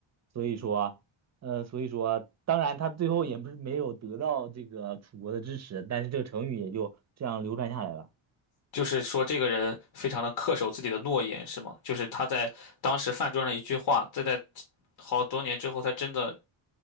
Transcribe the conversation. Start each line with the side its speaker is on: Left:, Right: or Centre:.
Right: 所以说。呃，所以说，当然他最后也不是没有得到这个楚国的支持，但是这个成语也就这样流传下来了。
Left: 就是说，这个人非常的恪守自己的诺言，是吗？就是他在当时饭桌上一句话，这在好多年之后，他真的